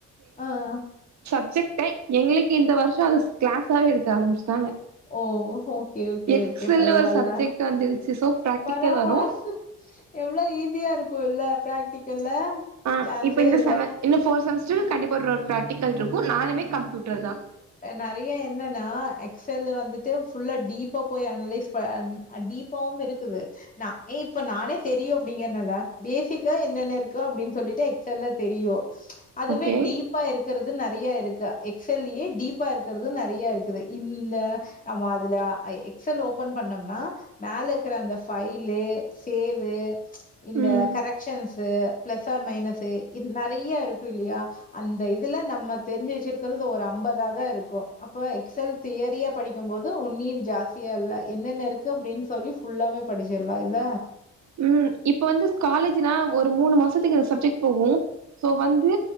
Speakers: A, on the left; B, on the right.
A: ஆ அ
B: சப்ஜெக்ட்ட எங்களுக்கு இந்த வருஷோ அது கிளாஸாவவே எடுக்கா ஆரம்பிச்சுட்டாங்க
A: ஓ ஹோ ஓகே ஓகே
B: எக்ஸல்னு
A: ஓகே பரவாலா
B: ஒரு சப்ஜெக்ட் வந்துடுச்சு சோ பிராக்டிக்கல்
A: பரவால்
B: வரு
A: எவ்ளோ ஈஸியா இருக்கு ஸ்கூல்ல பிராக்டிகல்ல
B: அ
A: சான்ஸே
B: இப்ப இந்த
A: இல்ல.
B: செம இன்னு ஃபோர் செமஸ்ட்ரு கண்டிப்பா ஒரு பிராக்டிகல் இருக்கும் நாலுமே கம்ப்யூட்டர் தான்
A: நறைய என்னன்னா எக்ஸ்எல்லு வந்துட்டு ஃபுல்லா டீப்பா போய் அனலைஸ் பண் அ டீப்பாவு இருக்குது நா எ இப்ப நானே தெரியு அப்டிங்கறனால பேசிக்கா என்னென்ன இருக்கு அப்டின்னு சொல்லிட்டு எக்ஸல்ல தெரியு அதுவே
B: ஓகே
A: டீப்பா இருக்கறது து நறைய இருக்கு‌ எக்செல்லையே டீப்பா இருக்கறது நறைய இருக்குது இந்த நம்ம அதுல எக்ஸ் எல் ல ஓபன் பண்ணோம்னா மேல இருக்கற அந்த ஃபைலு சேவு இந்த
B: ம்
A: கரக்சென்சு பிளஸ் ஆர் மைனஸு இ நெறைய இருக்கு இல்லையா அந்த இதுல நம்ம தெரிஞ்சு வச்சிருக்கிறது ஒரு அம்பது தாது இருக்கு அப்ப எக்ஸ் செல் தியரிய படிக்குபோது உன்னையு ஜாஸ் எல்லா என்னென்ன இருக்கு அப்டின்னு சொல்லி ஃபுல்லாவே படிச்சிரலா இல்ல
B: உம் இப்ப வந்து காலேஜ்னா ஒரு மூணு மாசத்துக்கு இ சப்ஜெட் போகு சோ வந்து